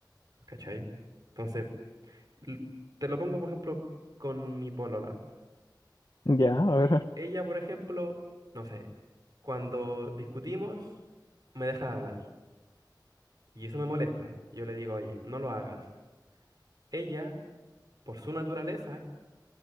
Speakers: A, on the right; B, on the left.
A: ¿cachai? Entonces, l- te lo pongo, por ejemplo, con mi polola.
B: ya, a ver.
A: Ella, por ejemplo, no sé, cuando discutimos, me deja de hablar. Y eso me molesta. Yo le digo, oye, no lo hagas. Ella, por su naturaleza,